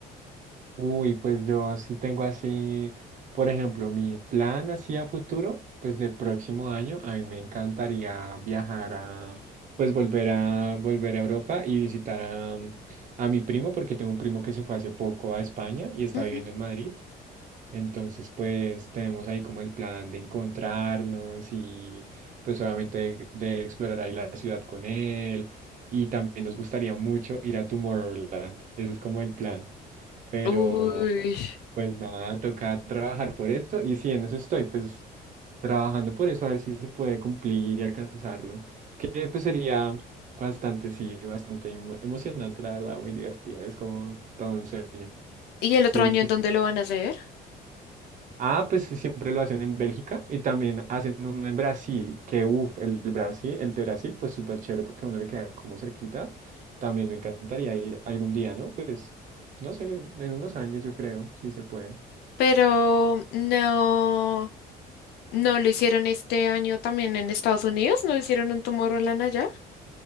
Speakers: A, on the right; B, on the left.
A: Uy, pues yo sí tengo así, por ejemplo, mi plan así a futuro, pues de próximo año, a mí me encantaría viajar a, pues volver a, volver a Europa y visitar a, a mi primo, porque tengo un primo que se fue hace poco a España y está
B: Ujú.
A: viviendo en Madrid. Entonces, pues tenemos ahí como el plan de encontrarnos y pues obviamente de, de explorar ahí la ciudad con él. Y también nos gustaría mucho ir a Tomorrowland. Ese es como el plan. Pero
B: Uy.
A: pues nada, toca trabajar por eso. Y sí, en eso estoy, pues trabajando por eso, a ver si se puede cumplir y alcanzarlo. Que pues sería bastante, sí, bastante emo- emocionante, la verdad, muy divertido. Es como todo un sueño.
B: ¿Y el
A: Sí,
B: otro año
A: sí,
B: en dónde
A: sí.
B: lo van a hacer?
A: Ah, pues sí, siempre lo hacen en Bélgica y también hacen uno en Brasil, que uff, el Brasil, el de Brasil, pues súper chévere porque a uno le queda como cerquita. También me encantaría ir algún día, ¿no? Pues, no sé, en unos años yo creo, si se puede.
B: Pero no, no lo hicieron este año también en Estados Unidos, no hicieron un Tomorrowland allá.